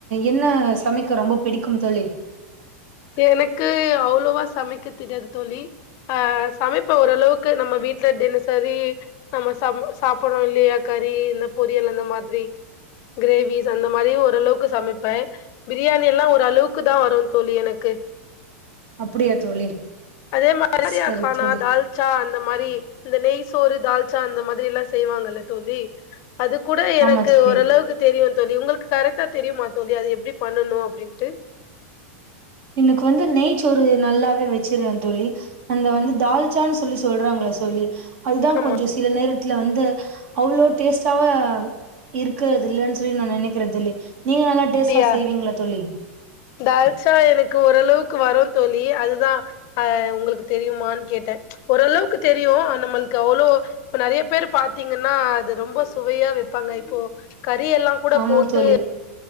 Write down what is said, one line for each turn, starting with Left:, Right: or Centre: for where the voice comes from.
Right: என்ன சமைக்க ரொம்ப பிடிக்கும் தோழி
Left: எனக்கு அவ்வளவா சமைக்க தெரியாது தோழி ஆ சமைப்ப ஓரளவுக்கு நம்ம வீட்ல தினசரி நம்ம ச சாப்பறோ இல்லையா கறி இந்த பொரியல் அந்த மாரி கிரேவிஸ் அந்த மாரி ஓரளவுக்கு சமைப்பே பிரியாணிலா ஓரளவுக்குதா வரோ தோழி எனக் கு
Right: அப்படியா தோழி
Left: அதே மாரியா
Right: சரி
Left: கானா
Right: தோழி
Left: தால்சா அந் த மாரி இந்த நெய்சோறு தால்ச்சா அந்த மாரிலா செய்வாங்கல்ல தோழி அது கூட எனக்கு
Right: ஆமா தோழி
Left: ஓரளவுக்கு தெரியோ தோழி உங்களுக்கு கரெக்ட்டா தெரியுமா தோழி அது எப்படி பண்ணணோ அப்படின்ட்டு
Right: எனக்கு வந்து நெய் சோறு நல்லாவே வெச்சிருவ தோழி அந்த வந்து தால்ச்சானு சொல்லி சொல்றாங்கள சொல்லி அதுதா
Left: ஆமா
Right: கொஞ்சோ சில நேரத்துல வந்து அவ்ளோ டேஸ்டாவ இருக்கறது இல்லன்னு சொல்லி நா நெனைக்குறே தோழி நீங்க நல்லா
Left: அப்படியா
Right: டேஸ்ட்டா செய்வீங்களா தோழி
Left: தால்ச்சா எனக்கு ஓரளவுக்கு வரும் தோழி அதுதான் அஹ் உங்களுக்கு தெரியுமான்னு கேட்டேன் ஓரளவுக்கு தெரியும் நம்மளுக்கு அவ்ளவு நறைய பேரு பாத்தீங்கன்னா அது ரொம்ப சுவையா வெப்பாங்க இப்போ கறி எல்லாம் கூட
Right: ஆமா
Left: போட்டு
Right: தோழி